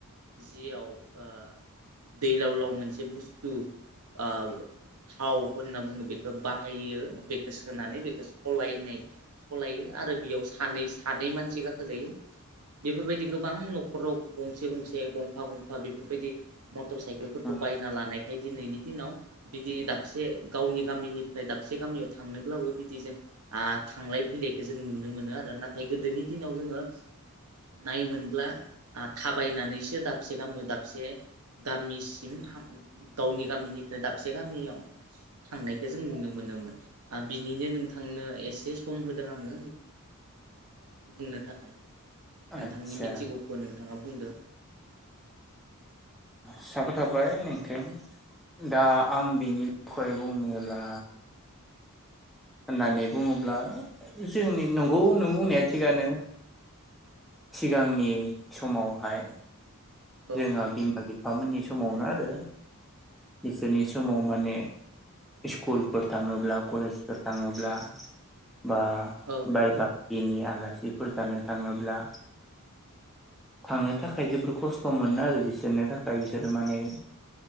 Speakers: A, on the right; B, in the centre.
A: जियाव ओ दैलाव लाव मोनसे बुस्थु ओ थाव होनना बुङो बेखौ बाहायो बेखौ सोनानै बेखौ सलायनाय सलायो आरो बेयाव सानै सानै मानसि गाखोजायो बेफोरबायदि गोबां नख नखराव गंसे गंसे गंफा गंफा बेफोरबायदि मटर साइकेलफोरखौ
B: औ
A: बायना लानाय दिनैनि दिनाव बिदि दाबसे गावनि गामिनिफ्राय दाबसे गामियाव थांनोब्लाबो बिदि जों आ थांलाय फैलायखौ जों नु नुनो मोनो आरो नाथाय गोदोनि दिनाव जोङो नायोनब्ला ओ थाबायनानैसो दाबसे गामियाव दाबसे गामिसिम गावनि गामिनिफ्राय दाबसे गामियाव थांनायखौ जों नुनो मोनोमोन आरो बिनिनो नोंथांनो एसे एसे सम होदों आङो बुंनो थाखाय नोंथांनि
B: आदसा
A: मिथिगौखौ नोंथाङा बुंदो
B: साबाय थाबाय नोंथां दा आं बेनि बुंनोब्ला होननानै बुनङोब्ला जोंनि नंगौ नों बुंनाया थिगानो सिगांनि समावहाय
A: औ
B: जोंहा बिमा बि फामोननि समावनो आरो इसोरनि समाव माने स्कुलफोर थांङोब्ला कलेजफोर थांङोब्ला बा
A: औ
B: बाय बा हागिनि आलासिफोर जानो थांङोब्ला थांनो थाखाय जोबोर खस्थ सम मोनो आरो बिसोरनो थाखाय बिसोरो माने